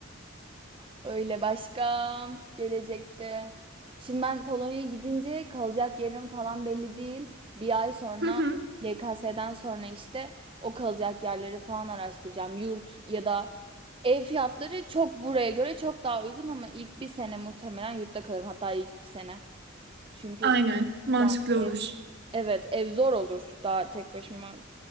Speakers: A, on the right; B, on the right.
A: Öyle başka gelecekte. Şimdi ben Polonya'ya gidince kalacak yerim falan belli değil. Bir ay sonra
B: Hı hı.
A: YKS'den sonra işte o kalacak yerleri falan araştıracağım. Yurt ya da ev fiyatları çok buraya göre çok daha uygun ama ilk bir sene muhtemelen yurtta kalırım. Hatta ilk iki sene. Çünkü
B: Aynen mantıklı
A: yani ev-
B: olur.
A: evet ev zor olur daha tek başıma.